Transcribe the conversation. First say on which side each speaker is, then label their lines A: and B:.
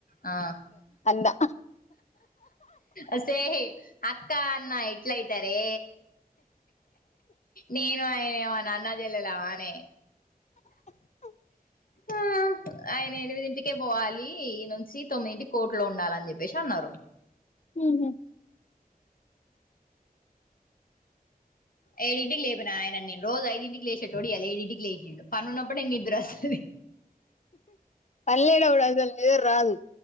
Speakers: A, on the left; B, on the left.
A: అ
B: అందా
A: ఒసేయ్ అక్క అన్న ఎట్లయితరే నేను ఆయనేమన్న అన్న చెల్లలమానె
B: బ్లాంక్
A: ఆ ఆయన ఎనిమిదింటికే పోవాలి ఈ నుంచి తొమ్మిదింటికి కోట్లో ఉండాలని చెప్పేసి అన్నరు
B: ఊహు
A: ఏడింటికి లేపిన ఆయన నేను రోజు ఐదింటికి లేసేటోడు ఇయాల ఏడింటికి లేసిండు పనునప్పుడే నిద్ర వస్తది
B: పన్లేనప్పుడు అసల్ నిద్ర రాదు